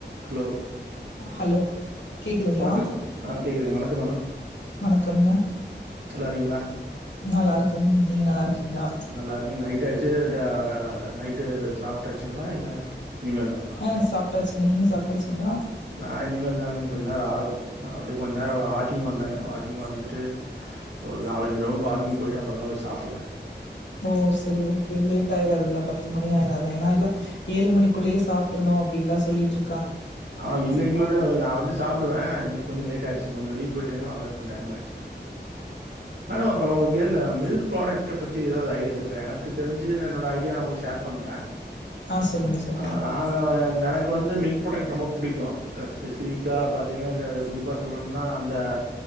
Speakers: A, on the right (about 75°); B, on the left (about 80°).
A: hello
B: hello கேக்குதுங்களா
A: வணக்கம் ஆ கேக்குதுங்க வணக்கம் மேடம்
B: வணக்கம்ங்க
A: நல்லா இருக்கீங்களா
B: நல்லா இருக்குங்க நீங்க நல்லா இருக்கீங்களா
A: ஆ நல்லா இருக்கு <unintelligible> நைட்டு சாப்டாச்ங்களா இல்ல இனிமேல் தாங்களா
B: ஆ சாப்பிட்டாச்சுங்க நீங்க சாப்பிடாச்சுங்களா
A: நா இனிமே இருந்தாங்க இன்னும் கொஞ்ச நேரம் ஆகும் அப்படியே கொஞ்ச நேரம் வாக்கிங் வந்தங்க வாக்கிங் வந்துட்டு ஒரு நாலஞ்சு ரவுண்ட் வாக்கிங் போயிட்டு அப்புறமா போய் சாப்டுவேன்
B: ஓ சரி ஓகே லேட் ஆயிராதுங்களா பத்து மணி ஆயிரது ஏன்னா இல்ல ஏழு மணிக்குள்ளயே சாப்ட்றணும் அப்டின்லா சொல்லிச்சு
A: அவ இன்னைக்கு மட்டு தா <unintelligible> நான் வந்து சாப்டுவேன் இன்னைக்கு கொஞ்சொ லேட் ஆயிடுச்சு கொஞ்சொ வெளியே போயிட்டேங்க வர்றது கொஞ்சொ டைம் ஆயிடுச்சுங்க மேடம் அப்றம் உங்களுக்கு இந்த மில்க் ப்ராடக்ட்டா பத்தி ஏதாவது ஐடியா இருக்க எனக்கு தெரிஞ்ச என்னோட ஐடியா ஒங்களுக்கு ஷேர் பண்றே
B: ஆ சொல்லுங்க சொல்லுங்க
A: அ நாங்க எனக்கு வந்து மில்க் ப்ராடக்ட் ரொம்ப புடிக்கும் ஸ்பெசிபிக்கா பாத்தீங்க குறிப்பா சொல்லணும்னா அந்த